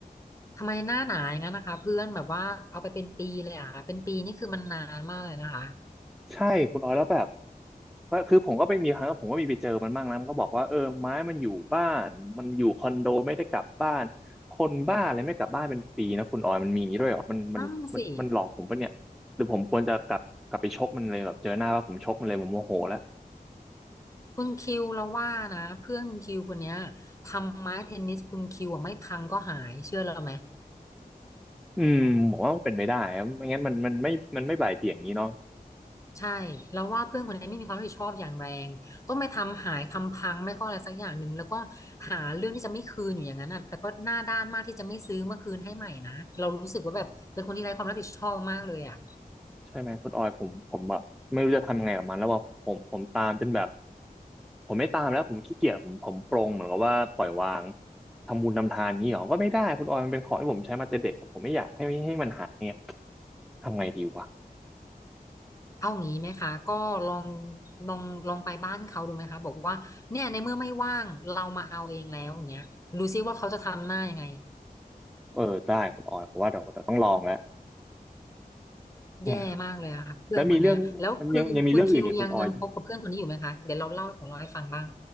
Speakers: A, on the left; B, in the centre.
A: ทำไมหน้าหนาอย่างนั้นนะคะเพื่อนแบบว่าเอาไปเป็นปีเลยอะค่ะเป็นปีนี่คือมันนานมากเลยนะคะ
B: ใช่คุณออยแล้วแบบ ว่าคือผมก็ไปมีครั้งผมก็มีไปเจอมันบ้างนะมันก็บอกว่าเออไม้มันอยู่บ้านมันอยู่คอนโดไม่ได้กลับบ้านคนบ้าอะไรไม่กลับบ้านเป็นปีนะคุณออยมันมีอย่างนี้ด้วยเหรอมันมันมันมันหลอกผมปะเนี่ยหรือผมควรจะกลับกลับไปชกมันเลยแบบเจอหน้าว่าผมชกมันเลยผมโมโหแล้ว
A: นั่นสิคุณคิวเราว่านะเพื่อนคุณคิวคนเนี้ยทำไม้เทนนิสคุณคิวอะไม่พังก็หายเชื่อเราไหม
B: อืมผมว่ามันเป็นไปได้ครับไม่งั้นมันมันไม่มันไม่บ่ายเบี่ยงอย่างนี้เนาะ
A: ใช่เราวว่าเพื่อนคนนี้ไม่มีความรับผิดชอบอย่างแรงต้องไปทำหายทำพังไม่ก็อะไรสักอย่างหนึ่งแล้วก็หาเรื่องที่จะไม่คืนอยู่อย่างนั้นน่ะแต่ก็หน้าด้านมากที่จะไม่ซื้อมาคืนให้ใหม่นะเรารู้สึกว่าแบบเป็นคนที่ไร้ความรับผิดชอบมากเลยอ่ะ
B: ใช่ไหมคุณออยผมผมแบบไม่รู้จะทำไงกับมันแล้วว่าผมผมตามจนแบบผมไม่ตามแล้วผมขี้เกียจผมผมปรงเหมือนกับว่าปล่อยวางทำบุญทำทานนี้หรอก็ไม่ได้คุณออยมันเป็นของที่ผมใช้มาแต่เด็กผมไม่อยากให้ให้มันหายเนี่ยทำไงดีวะ
A: เอางี้ไหมคะก็ลองลองลองไปบ้านเขาดูไหมคะบอกว่าเนี่ยในเมื่อไม่ว่างเรามาเอาเองแล้วอย่างเงี้ยดูซิว่าเขาจะทำหน้ายังไง
B: เออได้คุณออยผมว่าเดี๋ยวเดี๋ยวต้องลองแล้วอืม
A: แย่มากเลยอะค่ะเพื่อนคนเนี้ยแล้วคือคุณคิวยังยังคบกับเพื่อนคนนี้อยู่ไหมคะเดี๋ยวเราเล่าของเราให้ฟังบ้าง
B: แล้วมีเรื่องมันยังยังมีเรื่องอื่นอีกคุณออย